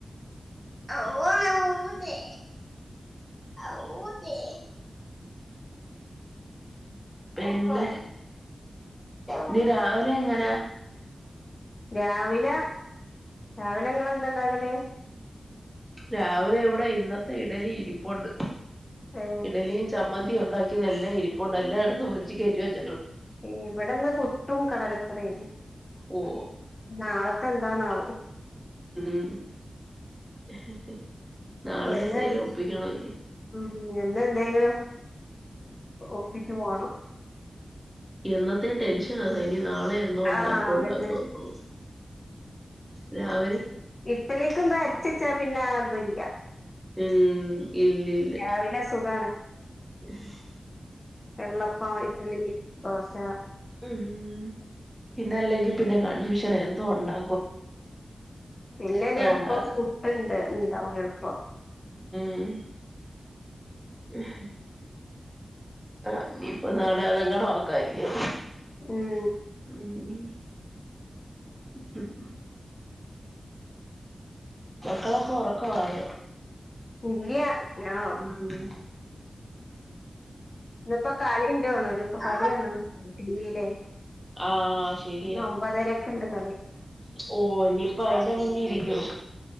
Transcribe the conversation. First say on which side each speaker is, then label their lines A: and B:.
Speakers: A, in the centre; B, on the left.
A: മ്മ് മ്മ് പിന്നെ ഇനി രാവിലെങ്ങനാ
B: രാവിലെ രാവില് ഇങ്ങള് എന്താണ്ടാക്കല്
A: രാവിലെ ഇവിടെ ഇന്നത്തെ ഇഡ്ഡലി ഇരിപ്പുണ്ട്
B: ഏ
A: ഇഡലിയും ചമ്മ ന്തിയും ഉണ്ടാക്കിതെല്ലാം ഇരിപ്പുണ്ട് എല്ലാം എടുത്ത് ഫ്രിഡ്ജ് കേറ്റി വെച്ചിട്ടുണ്ട്
B: ഇവിടെന്ന് പുട്ടും കടലക്കറിയേനി
A: ഓ
B: നാളത്തെ എന്താണാവൊ
A: ഉം <unintelligible> നാളെ
B: എന്ന്
A: എന്തേലും ഒപ്പിക്കണല്ലിയോ
B: ഉം എന്നും എന്തേങ്കിലും ഒപ്പിച്ചു പോണം
A: എന്നത്തേം ടെൻഷൻ അതാ ഇനി നാളെ എന്തോ
B: ആഹ്
A: ഉണ്ടാക്കോ
B: അതന്നെ
A: ഉണ്ടാക്കോന്നോ രാവിലെ
B: ഇലേക്കെന്തും അരച്ചച്ചാ പിന്നെ ആ ഇത് ല്ല
A: ഉം ഇല്ല ഇല്ല
B: രാവിലെ സുഖാണ്
A: <unintelligible>
B: വെള്ളപ്പം ഇഡലി ദോശ
A: ഉം പിന്നെ അല്ലെങ്കിൽ പിന്നെ കൺഫ്യൂഷൻ എന്തോ ഉണ്ടാ
B: പിന്നെ അയല് എൾപ്പം
A: ഉണ്ടാക്കും
B: പുട്ട് ഇണ്ട് ഇണ്ടാവും എളുപ്പം
A: ഉം ഉഹും ആഹ് ഇ പ്പൊ നാളെ അതെങ്ങടും ആക്ക അല്ലിയോ
B: ഉം
A: ഉം ഉ <inaudible> മക്കളൊക്കെ ഉറക്ക ആയോ
B: ഇല്ല ഞാ
A: ഉം
B: ഇന്നിപ്പോ കളി ഉണ്ടോണോ ഇപ്പോ
A: ആ
B: കളിയാണോ ടിവിയിലെ
A: ആ ശരിയാ
B: ഇന്ന് ഒമ്പതരക്ക് ഉണ്ട് കളി
A: ഓ ഇനിപ്പ അതിന്റെ മുന്നിലിരി <inaudible>